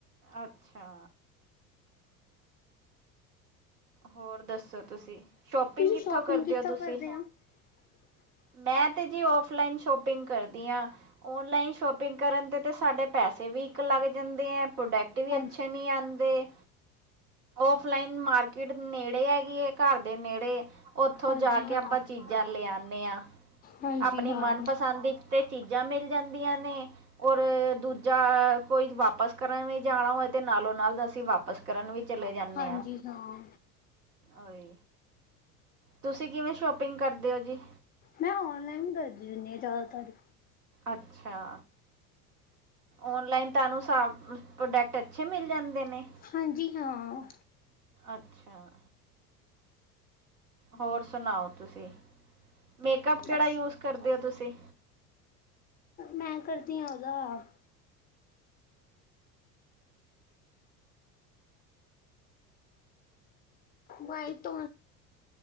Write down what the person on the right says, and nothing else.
ਅੱਛਾ ਹੋਰ ਦੱਸੋ ਤੁਸੀਂ ਸ਼ੋਪਿੰਗ
ਕਿੱਥੋਂ
ਕਰਦੇ
ਹੋ ਤੁਸੀਂ?
ਮੈਂ ਤੇ ਜੀ ਔਫਲਾਈਨ ਸ਼ੋਪਿੰਗ ਕਰਦੀ ਆਂ। ਆਨਲਾਈਨ ਸ਼ੋਪਿੰਗ ਕਰਨ ਤੇ ਤਾਂ ਸਾਡੇ ਪੈਸੇ ਵੀ ਇੱਕ ਲਗ ਜਾਂਦੇ ਆ ਪ੍ਰੋਕ ਵੀ
ਅੱਛੇ ਨ ਆਉਂਦੇ ਔਫਲਾਈਨ ਮਾਰ ਕਿੜ ਨੇੜੇ ਹੈਗੀ ਇਹ ਘਰ ਦੇ ਨੇੜੇ ਉੱਥੋਂ
ਜਾ
ਕੇ ਆਪਾਂ ਚੀਜ਼ਾਂ ਲੈ ਆਨੈ ਆਂ।
ਆਪਣੀ
ਮਨਪਸੰਦ ਇੱਕ ਤੇ ਚੀਜ਼ਾਂ ਮਿਲ ਜਾਂਦੀਆਂ ਨੇ। ਔਰ ਦੂਜਾ ਕੋਈ ਵਾਪਸ ਕਰਾਂ ਵੀ ਜਾਣਾ ਹੋਏ ਤੇ ਨਾਲੋਂ ਨਾਲ ਅਸੀਂ ਵਾਪ ਬੱਸ ਕਰਨ ਵੀ ਚਲੇ ਜਾਂਦੇ
ਆਂ।
ਓਏ, ਤੁਸੀਂ ਕਿਵੇਂ ਸ਼ੋਪਿੰਗ ਕਰਦੇ ਹੋ ਜੀ?
ਅੱਛਾ। ਔਨਲਾਈਨ ਤੁਹਾਨੂੰ ਸਭ, ਪ੍ਰੋਡਕਟ ਅੱਛੇ ਮਿਲ ਜਾਂਦੇ ਨੇ।
ਅੱਛਾ। ਹੋਰ ਸੁਣਾਓ ਤੁਸੀਂ, ਮੇਕਅੱਪ ਕਿਹੜਾ
ਯੂਜ ਕਰਦੇ ਓ ਤੁਸੀਂ।